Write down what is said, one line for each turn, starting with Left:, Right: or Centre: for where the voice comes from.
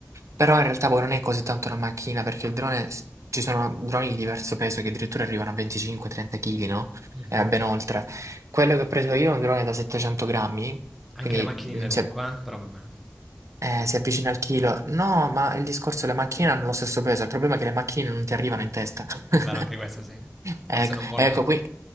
Right: però in realtà poi non è così tanto una macchina perché il drone, s- ci sono droni di diverso peso che addirittura arrivano a 25-30 kg, no?
Centre: Mhm.
Right: E ben oltre. Quello che ho preso io è un drone da 700 grammi,
Centre: Anche
Right: quindi
Centre: le macchinine
Right: mm,
Centre: comunque,
Right: si è
Centre: eh? però va bene.
Right: eh, si avvicina al chilo. No, ma il discorso è le macchine hanno lo stesso peso. Il problema è che le macchine non ti arrivano in testa.
Centre: È
Right: <laughs>
Centre: vero anche questo, sì.
Right: Ecco,
Centre: Forse non volano?
Right: ecco, qui,